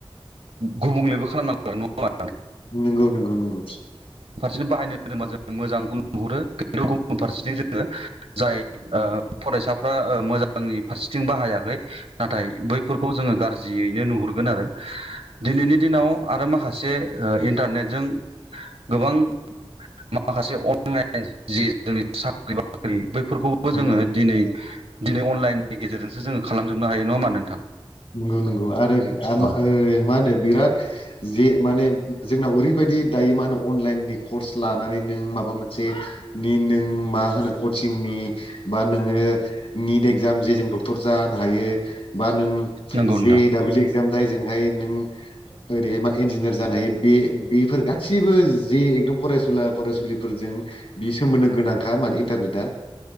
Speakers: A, on the right; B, on the left.
A: गुबुंलेबो खालामनां <unintelligible> नङा <unintelligible>
B: नोंगौ नोंगौ नोंगौ
A: रसेथिं बाहायनो रो <unintelligible> बा जों मोजां <unintelligible> नुहुरो <unintelligible> न्थु गुबुन फा <unintelligible> सेथिं जोङो जाय ओ फरायसाफ्रा ओ मोजांनि फारसेथिं बाहायाखै नाथाय बैफोरखौ जोङो गारजियैनो नुहुरगोन आरो दिनैनि दिनाव आरो माखासे ओ इन्टारनेटजों गोबां मा <unintelligible> से अ <unintelligible> ला <unintelligible> न जि जो <unintelligible> नि साख्रि बाख्रि बै फोरखौबो जोंङो
B: ओं
A: दिनै दिनै अनलाइननि गेजेरजोंसो जोंङो खालामजोबनो हायो नंङा होमबा नोंथां?
B: नोंगौ नोंगौ आरोगो मा
A: औ
B: ओ माहोनो बिराद जे माने जोंनाव ओरैबायदि दायो मा अन अनलाइननि कर्स लानानै नों माबा मोनसे निनों मा होनो कचिंनि बा नोंङो निट एक्जाम जे जों डक्टर जानो हायो बा नों
A: नंगौ नोंथां
B: जेदाबले एक <inaudible> जाम जायजोंहाय नों ओरैहाय मा इन्जिनियार जानोहायो बे बेफोर गासैबो जे एकदम फरायसुला फरायसुलिफोरजों बि सोमोन्दो गोनांखा माने इन्टारनेटआ